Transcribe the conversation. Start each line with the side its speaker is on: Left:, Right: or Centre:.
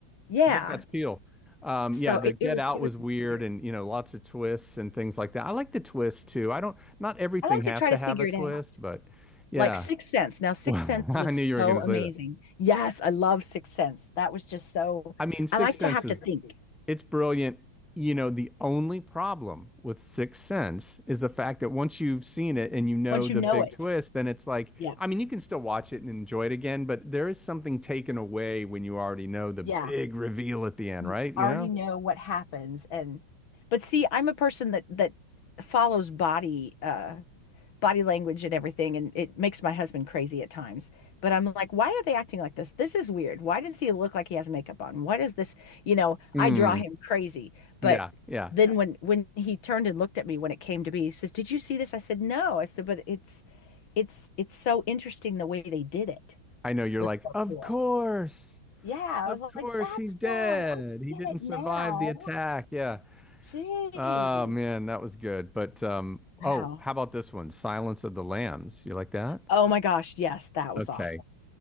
Left: Yeah.
Centre: I think that's Peel. Um,
Left: So
Centre: yeah, the
Left: it,
Centre: Get
Left: it was
Centre: Out
Left: it
Centre: was
Left: was
Centre: weird,
Left: weird.
Centre: and you know, lots of twists and things like that. I like the twist too. I don't. Not everything
Left: I like
Centre: has
Left: to try
Centre: to
Left: to
Centre: have
Left: figure
Centre: a twist,
Left: it out.
Centre: but yeah.
Left: like Sixth Sense. Now, Sixth
Centre: Well,
Left: Sense
Centre: <laughs>
Left: was
Centre: I knew you were
Left: so
Centre: going to
Left: amazing.
Centre: say that.
Left: Yes, I love Sixth Sense. That was just so.
Centre: I mean, Sixth
Left: I like
Centre: Sense
Left: to have
Centre: is
Left: to think
Centre: it's brilliant. You know, the only problem with Sixth Sense is the fact that once you've seen it and you know
Left: once
Centre: the
Left: you know
Centre: big
Left: it.
Centre: twist, then it's like,
Left: Yeah,
Centre: I mean, you can still watch it and enjoy it again, but there is something taken away when you already know the big
Left: yeah,
Centre: reveal at the end,
Left: you
Centre: right? You
Left: already
Centre: know?
Left: know what happens, and but see, I'm a person that that follows body uh body language and everything and it makes my husband crazy at times but i'm like why are they acting like this this is weird why does he look like he has makeup on what is this you know
Centre: Mm,
Left: i draw him crazy
Centre: yeah,
Left: but
Centre: yeah.
Left: then Yeah. when when he turned and looked at me when it came to be he says did you see this i said no i said but it's it's it's so interesting the way they did it
Centre: I know you're
Left: was
Centre: like,
Left: so
Centre: of
Left: cool
Centre: course,
Left: yeah
Centre: of
Left: i was
Centre: course,
Left: like that's
Centre: he's dead.
Left: why i
Centre: He
Left: get
Centre: didn't
Left: it
Centre: survive
Left: now
Centre: the attack. Yeah.
Left: jeez
Centre: Oh man, that was good. But um,
Left: wow
Centre: oh, how about this one? Silence of the Lambs. You like that?
Left: oh my gosh yes that was
Centre: Okay.
Left: awesome